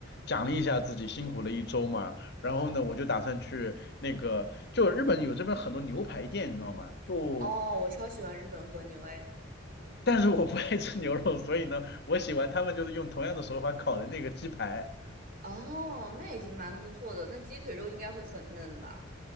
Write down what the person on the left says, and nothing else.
奖励一下自己辛苦了一周嘛，然后呢，我就打算去那个，就日本有这边很多牛排店，你知道吗？就。
但是我不爱吃牛肉，所以呢，我喜欢他们就是用同样的手法烤的那个鸡排。